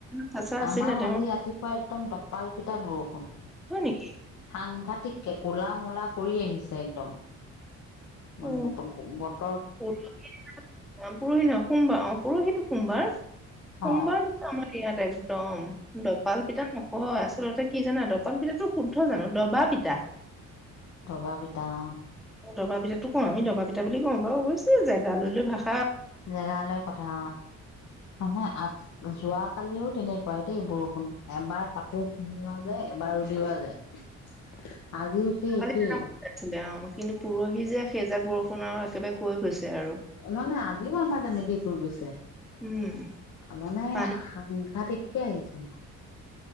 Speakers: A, in the centre; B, on the left.
A: চাচা আছিলে
B: আমাৰ
A: তেওঁ
B: আজি ৰাতিপুৱা একদম দপাল পিতা বৰষুণ
A: হয় নেকি
B: সাংঘাত। কে ক'লা মলা কৰি আহিছে একদম। উ
A: অ
B: <unintelligible>
A: পৰহি পৰহি নহয় সোমবাৰ অ পৰহিতটো সোমবাৰ সোমবাৰ
B: অ
A: দি আমাৰ ইয়াত। একদম দপাল পিঠা নকয় আচলতে কি জানা দপাল পিঠাটো শুদ্ধ জানো দবা পিতা।
B: ডবা পিতা অ।
A: ডবা পিতাতো কওঁ আমি ডবা পিতা বুলি কওঁ বাৰু অৱশ্য জেগা লৈ ভাগ।
B: জেগালৈ কথা নহয় অ। যোৱ কালিও তেনেকুৱাই দেই বৰষুণ এবাৰ কাপোৰ সোমোৱা যায় এবাৰ উলিওৱা যায়। আজিও সেই
A: কালি
B: একেই।
A: তেনেকুৱা আছিলে অ কিন্তু পৰহি যে সেইজাক বৰষুণ আৰু একেবাৰে কৈ গৈছে। আৰু
B: মানে আজি তেনেকে। সেই ফু গৈছে।
A: উম
B: মানে
A: পানী
B: সাংঘাতিককে আহিছে।